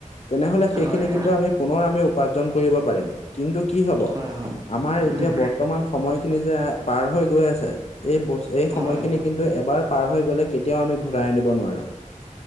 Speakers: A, on the left; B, on the right.
A: তেনেহ'লে সেইখিনি
B: হয়
A: কিন্তু আমি পুনৰ আমি উপাৰ্জন কৰিব পাৰিম। কিন্তু কি হ'ব
B: হয় হয়
A: আমাৰ এতিয়া
B: উম
A: বৰ্তমান সময়খিনি যে পাৰ হৈ গৈ আছে, এই বস এই সময়খিনি
B: হয়
A: কিন্তু এবাৰ পাৰ হৈ গ'লে কেতিয়াও আমি ঘূৰাই আনিব নোৱাৰো। এ